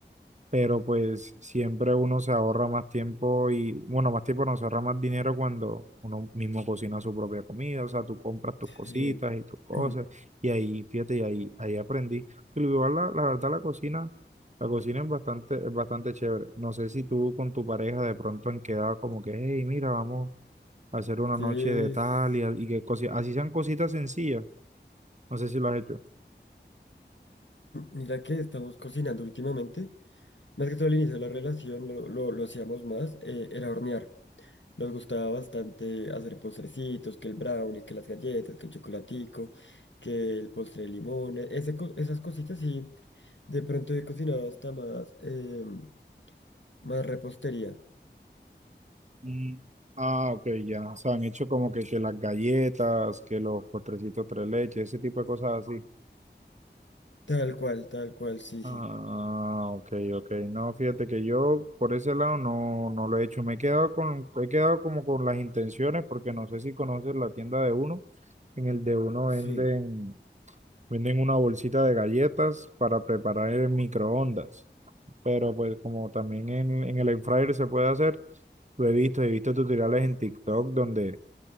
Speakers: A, on the right; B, on the left.
A: pero pues siempre uno se ahorra más tiempo y, bueno, más tiempo no se ahorra más dinero cuando uno mismo cocina su propia comida, o sea, tú compras tus cositas
B: sí.
A: y tus cosas,
B: <clears throat>
A: y ahí, fíjate, y ahí, ahí aprendí. Pero igual la, la verdad la cocina, la cocina es bastante, es bastante chévere. No sé si tú con tu pareja de pronto han quedado como que, hey, mira, vamos a hacer una
B: Sí,
A: noche de tal
B: es-
A: y, a- y que cosi-". así sean cositas sencillas. No sé si lo has hecho.
B: Mira que estamos cocinando últimamente. Más que todo al inicio de la relación lo, lo, lo hacíamos más, eh, era hornear. Nos gustaba bastante hacer postrecitos, que el brownie, que las galletas, que el chocolatico, que el postre de limón, e- ese co- esas cositas y de pronto he cocinado hasta más, em, más repostería.
A: Mm, Ah, ok, ya. O sea, han hecho como que, que las galletas, que los postrecitos tres leches, ese tipo de cosas así.
B: Tal cual, tal cual, sí, sí.
A: Ah, ok, ok. No, fíjate que yo por ese lado no, no lo he hecho. Me he quedado con, he quedado como con las intenciones, porque no sé si conoces la tienda de uno. En el de uno
B: Sí.
A: venden, venden una bolsita de galletas para preparar en microondas. Pero pues como también en, en el air fryer se puede hacer, lo he visto, he visto tutoriales en TikTok donde